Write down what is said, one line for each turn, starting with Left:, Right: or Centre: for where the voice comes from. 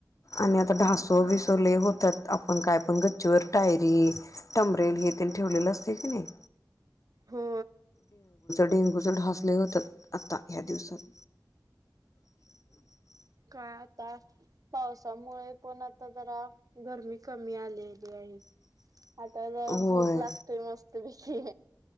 Left: आणि आता ढासो बिसवले होतात आपण काय पण गच्चीवर टायरी टबरेल त ठेवलेलं असते की नाही.
Right: हो
Left: डेंग्यू ढास लई होतात आता ह्या दिवसात <inaudible>
Right: का आता पावसामुळे पण आता जरा गरमी कमी आलेली आहे
Left: <inaudible>
Right: आता जर
Left: होय
Right: झूप लागतेय मस्तपैकी